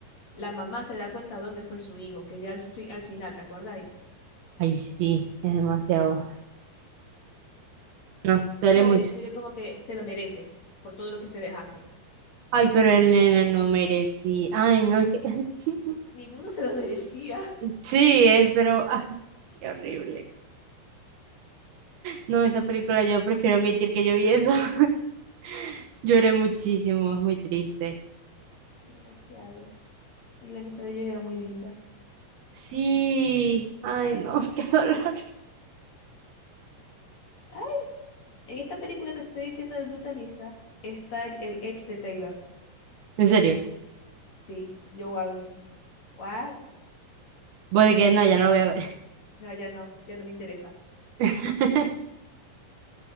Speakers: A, on the left; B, on the right.
A: la mamá se da cuenta dónde fue su hijo, que ya al, fi- al final, ¿te acordáis?
B: Ay, sí, es demasiado. No, duele
A: O sea,
B: mucho.
A: me, me dio como que te lo mereces por todo lo que ustedes hacen.
B: Ay, pero el nene no merecía. Ay, no, es que... <laughs>
A: Ninguno se lo <laughs> merecía.
B: Sí, eh, pero... ah, qué horrible. No, esa película yo prefiero admitir que yo vi esa. <laughs> Lloré muchísimo, es muy triste.
A: Demasiado. Y la amistad de ellos era muy linda.
B: Sí, ay, no, <laughs> qué dolor.
A: Ay, en esta película que te estoy diciendo del brutalista está el, el ex de Taylor.
B: En serio,
A: Sí, Joe Alwyn. ¿What?
B: pues de que no, ya no lo voy a ver.
A: No, ya no, ya no me interesa.
B: <laughs>